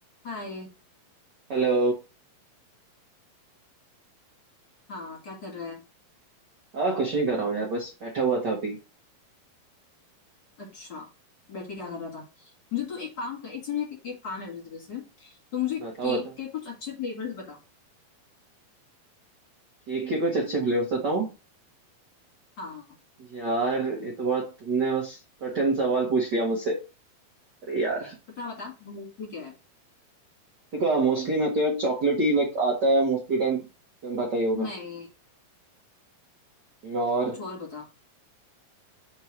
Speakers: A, on the left (about 40°); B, on the right (about 80°).
A: हाय
B: Hello
A: हाँ क्या कर रहा है
B: हाँ कुछ नहीं कर रहा हूँ यार बस बैठा हुआ था अभी
A: अच्छा बैठ के क्या कर रहा था मुझे तू एक काम कर एक सुनिए एक, एक काम है मुझे तेरे से तो मुझे
B: बैठा
A: केक
B: हुआ था
A: के कुछ अच्छे फ्लेवर्स बता
B: केक के कुछ अच्छे फ्लेवर्स बताऊँ
A: हाँ
B: यार ये तो बात तुमने बस कठिन सवाल पूछ लिया मुझसे अरे यार
A: बता बता मोस्टली क्या है
B: देखो मोस्टली मैं तो यार चॉकलेट ही लाइक आता है मोस्टली टाइम तुम्हें पता ही होगा
A: नहीं
B: और
A: कुछ और बता